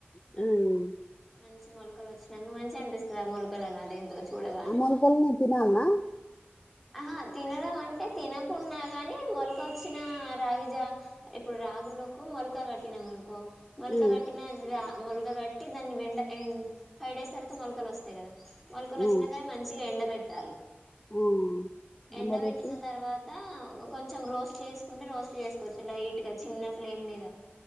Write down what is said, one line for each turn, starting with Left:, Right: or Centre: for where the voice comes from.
Left: మ్
Centre: మంచి మొలకలు వచ్చినాక మంచిగనిపిస్తది అ మొలకలను అదేందో చూడగానే
Left: ఆ మొలకల్ని తినాల్నా
Centre: ఆహా తినడం అంటే తినకున్న గాని మొలక చ్చిన రాగిజ ఇప్పుడు రాగులకు మొలకా కట్టినాం అనుకో మొల్క
Left: ఉమ్
Centre: కట్టిన జ్రా మొల్కా కట్టి దాన్ని బెండ ఎం ఫైవ్ డేస్ తర్వాత మొలకలోస్తాయి కదా మొలకలోచ్చినంకనే
Left: ఆ
Centre: మంచిగా ఎండబెట్టాలి
Left: ఆ
Centre: ఎండ
Left: ఎండబెట్టి
Centre: పెట్టిన తర్వాత ఒక కొంచెం రోస్ట్ చేసుకుంటే రోస్ట్ చేసుకోవచ్చు లై చిన్న ఫ్లేమ్ మీద